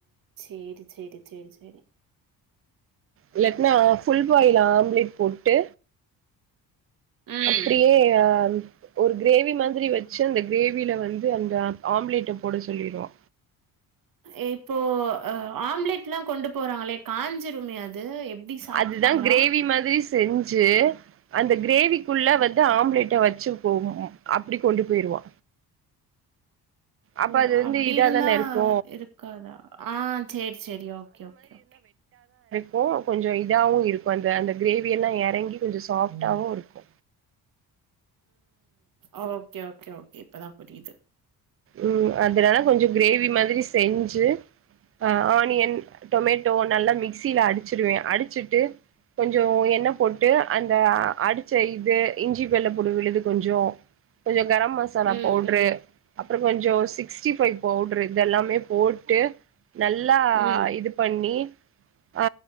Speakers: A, on the right; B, on the right.
A: சேரி சேரி சேரி சேரி
B: இல்லாட்ணா ஃபுல் பாயில் ஆம்லேட் போட்டு
A: ம்
B: அப்டியே அ ஒரு கிரேவி மாதிரி வெச்சு அந்த கிரேவில வந்து அந்த ஆம்லேட்ட போட சொல்லிருவா
A: எப் போ அ ஆம்லெட்லா கொண்டு போறாங்களே காஞ்சுருமே அது எப்டி சாப்டுப்பாங்களா
B: அதுதா கிரேவி மாதிரி செஞ்சு அந்த கிரேவிக்குள்ள வந்து ஆம்லேட்ட வச்சு போ ம் அப்டி கொண்டு போயிருவா அப்ப
A: ஓ
B: அது வந்து
A: அப்டியிருந்தா
B: இதா தான இருக்கு
A: இருக்காதா ஆ சேரி சேரி ஓகே ஓகே ஓகே
B: கு கொஞ்ச இதாவு இருக்கூ அந்த அந்த கிரேவியல்லா எறங்கி கொஞ்ச சாஃப்டாவு
A: ம்
B: இருக்கு
A: ஓ கே ஓகே ஓகே இப்பதா புரியிது
B: உம் அதுனால கொஞ்ச கிரேவி மாதிரி செஞ்சு ஆ ஆனியன் டொமேட்டோ நல்லா மிக்சில அடிச்சிருவே அடிச்சுட்டு கொஞ்சொ எண்ணெ போட்டு அந்த அடிச்ச இது இஞ்சி வெள்ளப்பூடு விழுது கொஞ்சொ கொஞ்ச கரம் மசாலா
A: ம்
B: பவுட்ரு
A: ம்
B: அப்புற கொஞ்ச சிக்ஸ்டி ஃபைவ் பவுடரு இது எல்லாமே போட்டு நல்லா
A: ம்
B: இது பண்ணி ஆ